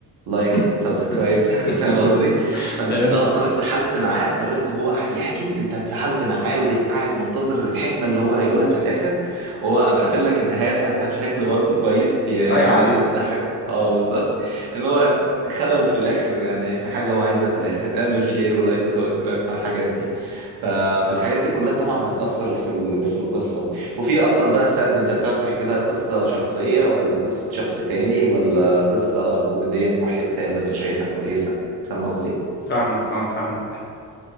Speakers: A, on the right; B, on the left.
A: لايك
B: <laughs>
A: سبسكرايب <laughs> فاهم قصدي؟ فانت
B: فهمت
A: اصلا اتسحلت معاه طريقته هو قاعد يحكي انت اتسحلت معاه وبقيت قاعد منتظر الحكمة اللي هو هيقولها في الاخر وهو قام قافل لك النهايه بتاعتها بشكل برضه كويس هي
B: صايعه
A: يعني قعدت
B: دي
A: تضحك اه بالظبط اللي هو خدمه في الاخر يعني بحاجه هو عايزها في الاخر اعمل شير ولايك وسبسكرايب على الحاجات دي ف... فالحاجات دي كلها طبعا بتاثر في ال... في القصه وفي اصلا بقى سرد انت بتقعد تحكي بقى قصه شخصيه ولا قصه شخص تاني ولا قصه كوميديه من وحي الخيال بس شايفها كويسه فاهم قصدي
B: فاهمك اه فاهمك